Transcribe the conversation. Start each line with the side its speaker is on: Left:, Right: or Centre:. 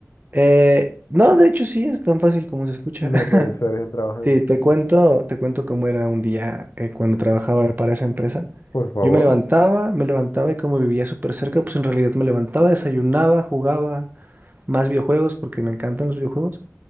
Right: Eh, no, de hecho sí, es tan fácil como se escucha.
Left: No
Right: <laughs>
Left: puede ser, es el trabajo de
Right: Sí,
Left: mis
Right: te
Left: sueños.
Right: cuento, te cuento cómo era un día eh, cuando trabajaba para esa empresa.
Left: Por favor.
Right: Yo me levantaba, me levantaba y como vivía súper cerca, pues en realidad me levantaba, desayunaba, jugaba más videojuegos porque me encantan los videojuegos.